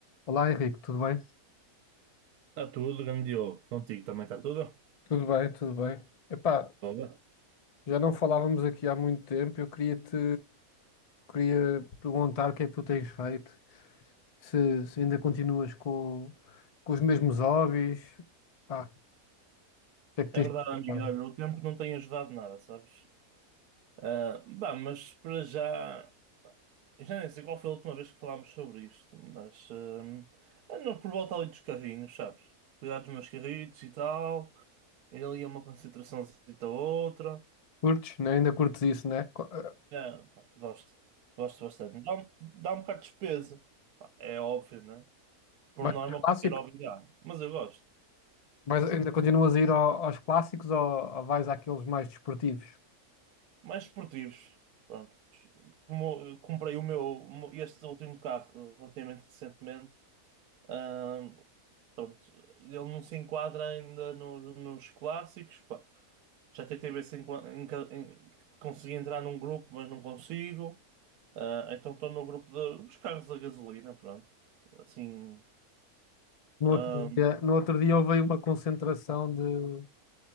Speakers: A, on the left (about 60°); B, on the right (about 80°).
A: Olá Henrique, tudo bem?
B: Está tudo, grande Diogo. Contigo também está tudo?
A: Tudo bem, tudo bem. Epá,
B: Boa.
A: já não falávamos aqui há muito tempo. Eu queria-te queria perguntar o que é que tu tens feito, se, se ainda continuas com, com os mesmos hobbies, pá, o que é que tens
B: É verdade, amigo.
A: feito?
B: Olha, o tempo não tem ajudado nada, sabes? Ah, bah, mas para já. pá, Eu já nem sei qual foi a última vez que falámos sobre isto, mas. ah, ando por volta ali dos carrinhos, sabes? Cuidar dos meus carritos e tal. Ir ali a uma concentraçãozinha a outra.
A: Curtes, né? Ainda curtes isso, né? Co- eh,
B: É, pá, gosto. Gosto bastante. Dá um, dá um bocado de despesa. Pá, é óbvio, né? Por
A: Mais
B: norma,
A: aos clássicos?
B: qualquer hobby dá. Mas eu gosto.
A: Mas ainda continuas a ir ao- aos clássicos ou, ou vais àqueles mais desportivos?
B: mais esportivos. Pronto. Como eu comprei o meu, este último carro relativamente recentemente, ahm, pronto, ele não se enquadra ainda no- nos clássicos. pá. Já tentei ver se enqua- enca- em- consegui entrar num grupo, mas não consigo. Ah, então estou no grupo de- dos carros a gasolina, pronto. Assim,
A: No
B: ahm,
A: outro dia, no outro dia houve aí uma concentração de